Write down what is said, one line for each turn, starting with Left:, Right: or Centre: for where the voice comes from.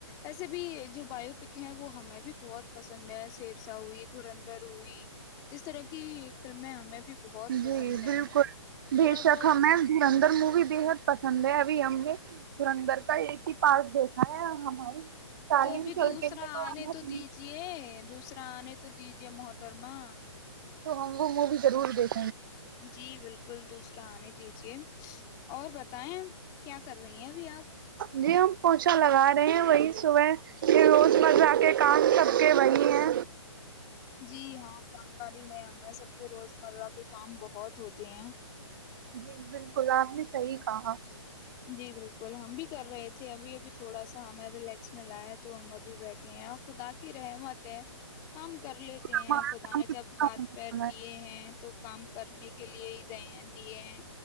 Left: اییسے بھی جو بایو پک ہے وہ ہمیں بھی بہت <unintelligible> پسند ہے سیرسا ہوئی دھرندھر ہوئی اس طرح کی فلمیں ہمیں بھی بہت پسند
Right: جی
Left: ہیں
Right: بالکل بے
Left: تھوڑا بہت
Right: شک ہ میں ددر مو بھی بےحد پسند ہے ابھی ہم نے سورندر کا ایک ہی پارک دیکھا ہے اور ہماری تعلیم
Left: تو بھی
Right: چلتے
Left: دوسرا
Right: ہیں
Left: آنے
Right: ہمیں
Left: تو دیجے دوسرا آنے تو دیجے محترما
Right: تو ہم وہو وہ بھی ضرور دیکھ
Left: جی بالکل کل دوسرا آنے دیجے اور بتائیں کیا کر رہی ہیں ابھی آپ
Right: جی ہم پوچھا لگا رہے ہیں وہی صبح روز مرہ کے کام سب کے وہی ہے
Left: جی ہاں جانکاری ہے ہمیں سب کے روز مرہ کے کام بہت ہوتے ہیں
Right: جی بالکل آپ نے صحیح کہا
Left: جی بالکل ہم بھی کر رہے تھے ابھی ابھی تھوڑا سا ہمیں ریلیکس ملا ہے تو ہم ابھی بیٹھے ہیں اور خدا کی رحمت ہے کام کر لیتے
Right: ہمارا
Left: ہیں خدا نے
Right: کام
Left: جب ہاتھ پیر دیے ہیں تو کام کرنے کے لیے ہی دہ دیے ہیں